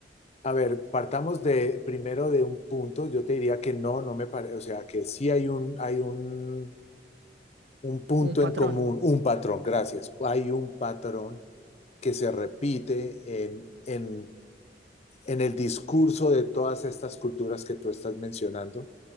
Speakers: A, on the left; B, on the right.
A: a ver, partamos de primero de un punto. Yo te diría que no, no me parece, o sea, que sí hay un, hay un Un punto
B: como un patrón?
A: en común, un patrón, gracias. Hay un patrón que se repite en, en, en el discurso de todas estas culturas que tú estás mencionando